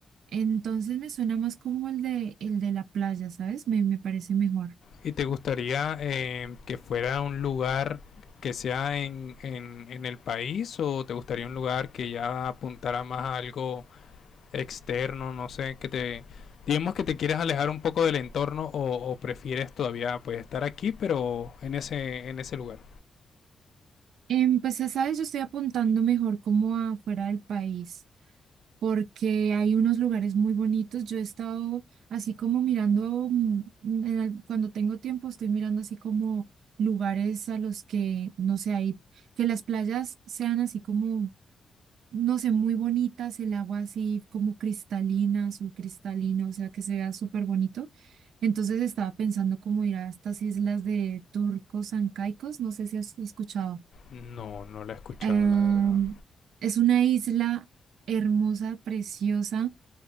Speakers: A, on the right; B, on the left.
A: Entonces me suena más como el de, el de la playa, ¿sabes? Me, me parece mejor.
B: ¿Y te gustaría eh, que fuera un lugar que sea en, en, en el país o te gustaría un lugar que ya apuntara más a algo externo, no sé, que te... Digamos que te quieres alejar un poco del entorno o, o prefieres todavía pues estar aquí pero en ese, en ese lugar.
A: Em, pues ya sabes, yo estoy apuntando mejor como afuera del país, porque hay unos lugares muy bonitos. Yo he estado así como mirando, mm, mm, en al- cuando tengo tiempo, estoy mirando así como lugares a los que, no sé, hay, que las playas sean así como no sé, muy bonitas, el agua así como cristalina, azul cristalina, o sea, que se vea súper bonito. Entonces estaba pensando cómo ir a estas islas de Turcos Ancaicos, no sé si has escuchado.
B: No, no la he escuchado,
A: Em,
B: la verdad.
A: es una isla hermosa, preciosa.